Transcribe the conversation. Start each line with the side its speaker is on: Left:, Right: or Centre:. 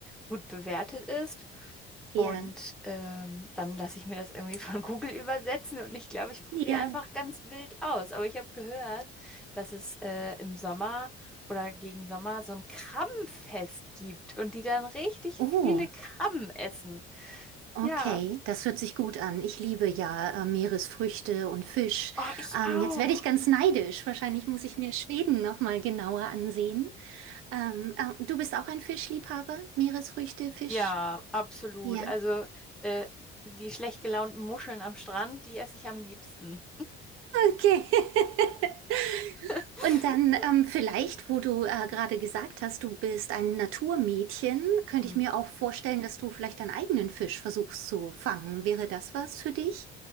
Centre: gut bewertet ist.
Right: Ja,
Centre: Und ähm, dann lasse ich mir das irgendwie von <laughs> Google übersetzen und ich glaube, ich probiere
Right: ja.
Centre: einfach ganz wild aus. Aber ich habe gehört, dass es äh, im Sommer oder gegen Sommer so ein Krabbenfest gibt und die dann richtig
Right: Oh,
Centre: viele Krabben essen.
Right: okay,
Centre: Ja,
Right: das hört sich gut an. Ich liebe ja äh, Meeresfrüchte und Fisch.
Centre: oh, ich
Right: Ähm,
Centre: auch.
Right: jetzt werde ich ganz neidisch. Wahrscheinlich muss ich mir Schweden noch mal genauer ansehen. Ähm, äh, du bist auch ein Fischliebhaber? Meeresfrüchte, Fisch?
Centre: Ja, absolut.
Right: Ja.
Centre: Also äh, die schlecht gelaunten Muscheln am Strand, die esse ich am liebsten.
Right: Okay. <laughs>
Centre: <laughs>
Right: Und dann ähm, vielleicht, wo du äh, gerade gesagt hast, du bist ein Naturmädchen, könnte
Centre: Hm.
Right: ich mir auch vorstellen, dass du vielleicht deinen eigenen Fisch versuchst zu fangen. Wäre das was für dich?